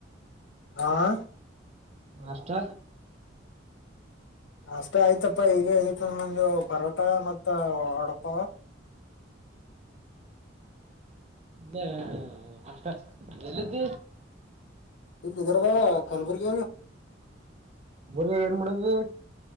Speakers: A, on the left; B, on the right.
A: ಆಾ
B: ನಷ್ಟತ
A: ಅಷ್ಟೇ ಆಯ್ತಪ್ಪಾ ಈಗ ಇತ್ತು ನ ಪರೋಟ ಮತ್ತ ಹಡಪ್ಪ
B: ಹ ಎಿದ್ದ
A: ಇ ವಿಧರ್ಭ ಕಲಬುರಗ
B: ಮುರಿಗ ಏನು ಮಾಡಡುದು